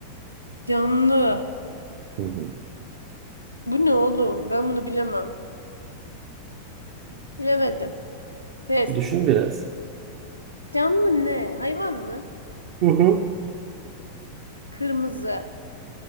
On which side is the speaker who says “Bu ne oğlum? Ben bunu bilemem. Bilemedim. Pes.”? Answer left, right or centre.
Left